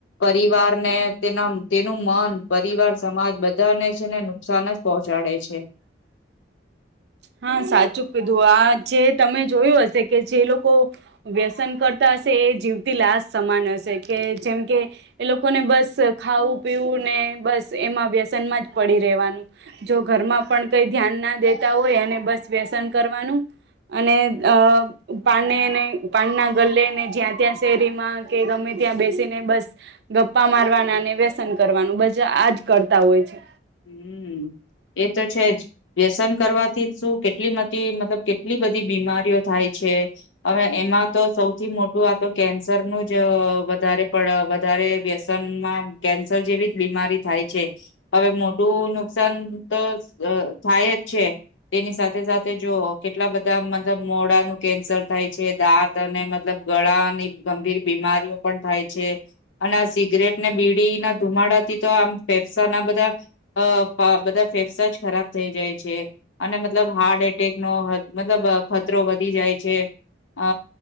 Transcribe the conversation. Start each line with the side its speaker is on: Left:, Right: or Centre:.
Left: પરિવાર ને તેના તેનું મન પરિવાર સમાજ બધાને છે ને નુકસાન જ પહોંચાડે છે.
Right: હા સાચું કીધું. આ જે તમે જોયું હશે કે જે લોકો વ્યસન કરતા એ જીવતી લાશ સમાન હશે કે જેમ કે એ લોકોને બસ ખાવું પીવું ને બસ એમાં વ્યસન માં જ પડી રેવાનું. જો ઘરમાં પણ કઈ ધ્યાન ના દેતા હોય બસ વ્યસન કરવાનું અને અ પાનેને પાનના ગલેને જ્યાં ત્યાં શેરીમાં કે ગમે ત્યાં બેસીને બસ ગપ્પા મારવાના અને વ્યસન કરવાનું બજા આજ કરતા હોય છે.
Left: હમ. એ તો છે જ વ્યસન કરવાથી શું કેટલા <unintelligible> મતલબ કેટલી બધી બીમારીઓ થાય છે. અવે એમાં તો સૌથી મોટું આતો કેન્સર નું જ વધારે પડ વધારે વ્યસનમાં કેન્સર જેવી જ બીમારી થાય છે. અવે મોટું નુકસાન તો થાય જ છે. તેની સાથે સાથે જો કેટલા બધા મતલબ મોડાનું કેન્સર થાય છે. દાંત અને મતલબ ગળા અને ગંભીર બીમારીઓ પણ થાય છે. અને આ સિગરેટ ને બીડી ના ધુમાડા થી તો આમ ફેફસા ના બધા અ બધા ફેફસા જ ખરાબ થઈ જાય છે. અને મતલબ હાર્ટ એટેક નો મતલબ ખતરો વધી જાય છે. અ